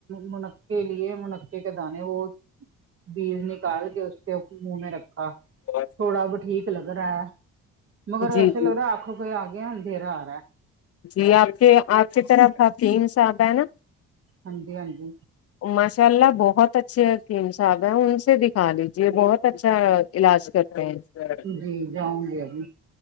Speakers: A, on the right; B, on the left.
A: منقے لیے منقے کے دانے وہ بیج نکال کے اس کے او منہ میں رکھا
B: کب آے
A: تھوڑا اب ٹھیک لگ رہا ہے مگر
B: جی
A: ایسے
B: جی
A: لگ رہا ہے آنکھوں کے آگے اندھیرا آرہا ہے
B: جی آپ کے آپ کی طرف حکیم صاحب ہے نہ
A: ہاں جی ہاں جی
B: ماشاء اللہ بہت اچھے حکیم صاحب ہیں ان سے دکھا لیجیے بہت اچھا علاج کرتے ہیں
A: جی جاؤں گی ابھی